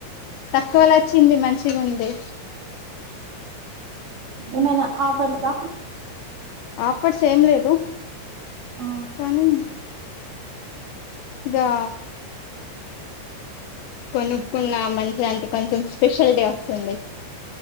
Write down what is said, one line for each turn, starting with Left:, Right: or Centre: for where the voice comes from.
Left: తక్కొనే అచ్చింది మంచిగుందీ.
Right: ఏమనా ఆఫర్సా.
Left: ఆపట్స్ ఎం లేదు
Right: ఆ
Left: కానీ. ఇదా. కొనుక్కున్న మంచి అంటే కొంచం స్పెషల్ డే అస్తుంది.